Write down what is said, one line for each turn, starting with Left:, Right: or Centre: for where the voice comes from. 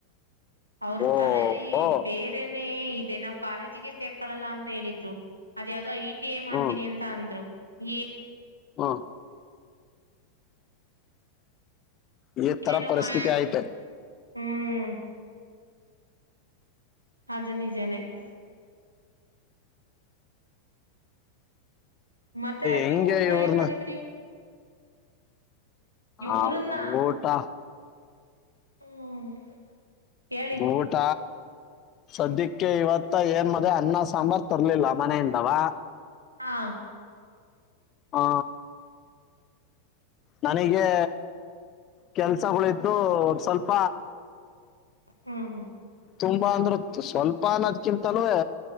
Right: ಅವ್ರ
Left: ಓ
Right: ತಲಲಿ
Left: ಓ
Right: ಬೇರೆನೆೇ ದೆ ನಾವು ಕಾಲೇಜಿಗೆ ಸೇರ್ಕೊಳ್ಳಲ್ಲ ಅಂತ ಹೇಳಿದ್ರು ಅದ ಯಾವವುದೋ ಐ ಏನ್ ಮಾಡ್ತೀನಿ
Left: ಹ್ಮ್
Right: ಅಂತ ಅಂದ್ರು ಎ
Left: ಹ್ಮ್ ಈ
Right: ಏನೇನೋ
Left: ತರ ಪರಿಸ್ಥಿತಿ
Right: ಮಾಡ
Left: ಐತೆ
Right: ಹ್ಮ್ ಅದು ನಿಜಾನೇ <inaudible> ಮತ್ತೆ ನೀವ್
Left: ಹೆಂಗೆ
Right: ಊಟ
Left: ಇವ್ರನ್ನ
Right: ಏನ್ ಮಾಡಿದ್ರಿ
Left: ಹಾ
Right: ಇವ್ರನ್ನ
Left: ಓಟಾ
Right: ಹ್ಮ್ ಹೇಳಿ
Left: ಊಟ ಸದ್ಯಕ್ಕೆ ಇವತ್ತ ಏನ್ ಮದೆ ಅನ್ನ ಸಾಂಬಾರ್ ತರ್ಲಿಲ್ಲ ಮನೆಯಿಂದವಾ
Right: ಹಾ
Left: ಹಾ ನನಗೆ ಕೆಲ್ಸಗಳಿದ್ದು ಸ್ವಲ್ಪ
Right: ಹ್ಮ
Left: ತುಂಬಾ ಅಂದ್ರೆ ಸ್ವಲ್ಪ ಅನ್ನದ್ಕಿಂತಲ್ವೇ